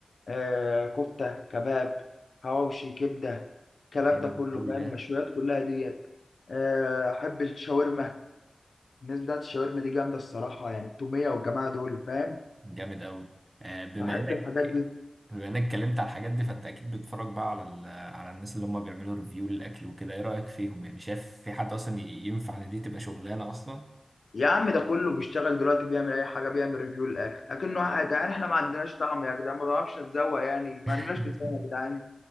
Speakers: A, on the left; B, on the right.
A: آه كفته كباب حواوشي كبده الكلام
B: جامد
A: ده كله
B: قوي
A: فاهم
B: ده
A: المشويات كلها ديت آه، احب الشاورما الناس بتاعت الشاورما دي جامده الصراحه يعني التوميه والجماعه دول فاهم
B: جامد قوي آه، بما
A: بحب
B: انك
A: الحاجات دي
B: بما انك اتكلمت على الحاجات دي فانت اكيد بتتفرج بقى على ال- على الناس اللي هم بيعملوا ريفيو للاكل وكده ايه رايك فيهم يعني شايف في حد اصلا ي- ينفع ان دي تبقى شغلانه اصلا
A: يا عم ده كله بيشتغل دلوقتي بيعمل اي حاجه بيعمل ريفيو للاخر لكنه واحد يعني احنا ما عندناش طعم يا جدعان ما بنعرفش نتذوق يعني
B: <laughs>
A: ما عندناش لسان يا جدعان